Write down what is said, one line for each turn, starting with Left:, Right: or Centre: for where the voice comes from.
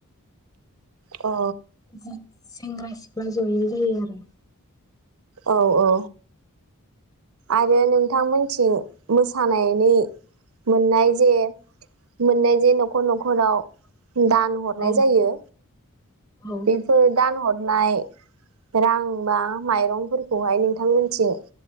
Right: अ।
Left: सें सेंग्रा सिख्ला जयै जायो आरो।
Right: औ औ। आरो नोंथांमोनथिं मोसानायनि मोननाय जे मोननाय जे न'खर न'खराव दान हरनाय
Left: औ
Right: जायो
Left: औ
Right: बेफोर दान हर नाय रां बा माइरंफोरखौहाय नोंथांमोननिथिं